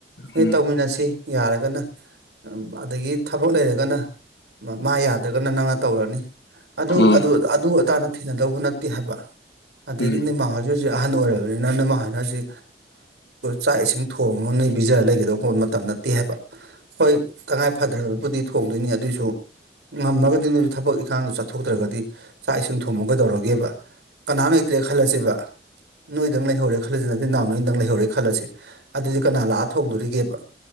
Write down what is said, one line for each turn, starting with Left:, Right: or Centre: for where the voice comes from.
Right: ꯑꯦ
Left: ꯎꯝ
Right: ꯇꯧꯃꯤꯟꯅꯁꯤ ꯌꯥꯔꯒꯅ ꯑꯗꯒꯤ ꯊꯕꯛ ꯂꯩꯔꯒꯅ ꯃꯥ ꯌꯥꯗ꯭ꯔꯒꯅ ꯅꯪ ꯇꯧꯔꯅꯤ ꯑꯗꯨ
Left: ꯎꯝ
Right: ꯑꯗꯨ ꯑꯗꯥꯅ ꯊꯤꯅꯗꯧꯕ ꯅꯠꯇꯦ ꯍꯥꯏꯕ ꯑꯗꯒꯤꯅꯦꯃꯥ
Left: ꯎꯝ
Right: ꯍꯧꯖꯤꯛ ꯍꯧꯖꯤꯛ ꯑꯍꯟ ꯑꯣꯏꯔꯕ ꯂꯣꯏꯅꯅ ꯃꯥ ꯍꯥꯏꯅ ꯍꯧꯁꯤ ꯆꯥꯛ ꯏꯁꯤꯡ ꯊꯣꯡꯉꯒ ꯄꯤꯖꯔ ꯂꯩꯒꯗꯧꯕ ꯃꯇꯝ ꯅꯠꯇꯦ ꯍꯥꯏꯕ ꯍꯣꯏ ꯇꯉꯥꯏ ꯐꯗ꯭ꯔꯕꯕꯨꯗꯤ ꯊꯣꯡꯗꯣꯏꯅꯤ ꯑꯗꯨꯏꯁꯨ ꯉꯃꯒ ꯊꯕꯛ ꯏꯈꯥꯡ ꯆꯠ ꯊꯣꯛꯇ꯭ꯔꯒꯗꯤ ꯆꯥꯛ ꯏꯁꯤꯡ ꯊꯣꯝꯃꯒ ꯇꯧꯔꯒꯦꯕ ꯀꯅꯥ ꯂꯩꯇ꯭ꯔꯦ ꯈꯜꯂꯁꯦꯕ ꯅꯣꯏꯗꯪ ꯂꯩꯍꯧꯔꯦ ꯈꯜꯂꯁꯤ ꯅꯠꯇꯦ ꯅꯅꯥꯎ ꯅꯣꯏꯗꯪ ꯂꯩꯍꯧꯔꯦ ꯈꯜꯂꯁꯦ ꯑꯗꯨꯗꯤ ꯀꯅꯥ ꯂꯥꯛꯑ ꯊꯣꯡꯗꯣꯔꯤꯒꯦꯕ